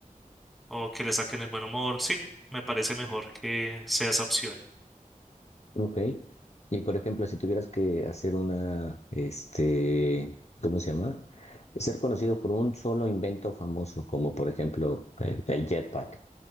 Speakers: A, in the centre; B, on the left.
A: o que le saquen el buen humor. Sí, me parece mejor que sea esa opción.
B: Ok. Y por ejemplo, si tuvieras que hacer una, este, ¿cómo se llama? Ser conocido por un solo invento famoso, como por ejemplo el, el jetpack,